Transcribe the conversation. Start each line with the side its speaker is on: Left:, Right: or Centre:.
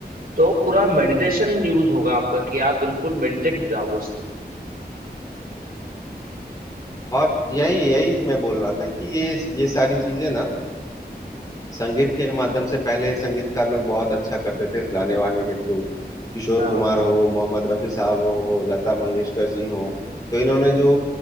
Right: तो पूरा मेडिटेशन यूज होगा आपका कि आप बिल्कुल मेडिटेट हो जाओगे उससे
Left: और यही यही मैं बोल रहा था कि ये ये सारी चीजें ना संगीत के माध्यम से पहले संगीतकार लोग बहुत अच्छा करते थे गाने वाने के थ्रू किशोर
Right: हाँ
Left: कुमार हो मोहम्मद रफी साहब हो लता मंगेशकर जी हो तो इन्होंने जो